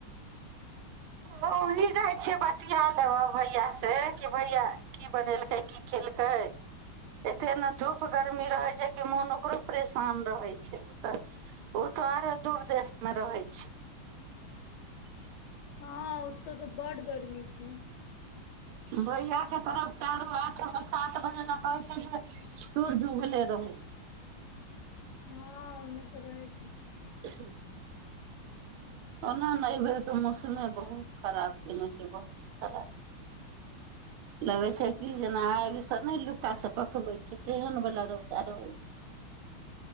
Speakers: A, on the right; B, on the left.
A: वहीँ जाइ छियै बतििया लेबह भैयासँ कि भैया की बनेलकै की केलकै एतेक ने धूप गर्मी रहै छै कि मोन ओकरो परेशान रहै छै तऽ ओ तऽ आरो दूर देशमे रहै छै <unintelligible>
B: हँ ओ तऽ तऽ बड गर्मी छै
A: भैयाके तरफ चारू आठ सात बजे ने कहै छै जे सूरज उगले रहै छै
B: हँन तऽ रहै छै
A: <inaudible> ओना ने एहिबेर तऽ मौसमे बहुत खराब कने छै बहुत खराब लगै छै कि जेना आगिसभ नहि लु्टासँ पकबै छै तेहनवला रौदा रहै छै